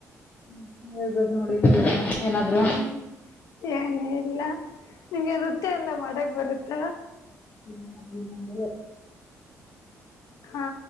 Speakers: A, on the left (about 30°); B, on the left (about 75°).
A: ಹ್ಮ ಹೇಳ್ಬೇದು ನೋಡಿ ನೀವೆ ಏನಾದ್ರು.
B: ಹ್ಮ್ ಏನಿಲ್ಲ ನಿಮ್ಗೆ ನೃತ್ಯ ಎಲ್ಲಾ ಮಾಡಕ್ ಬರುತ್ತ.
A: <unintelligible> ನಂಗೇಲ್ಲೋ
B: ಹಾ